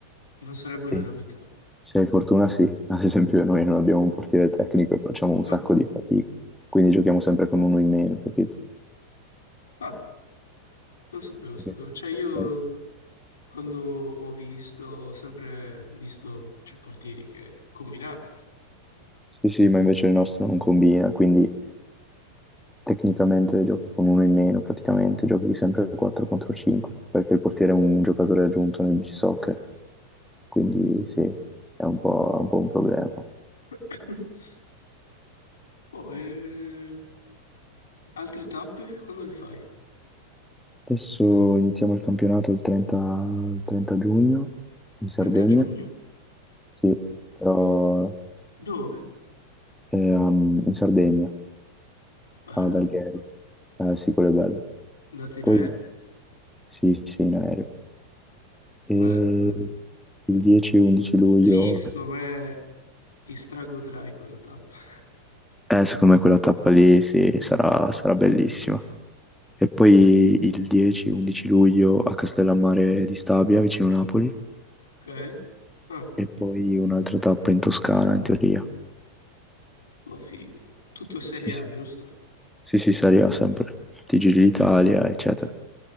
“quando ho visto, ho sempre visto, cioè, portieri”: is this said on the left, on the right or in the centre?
Left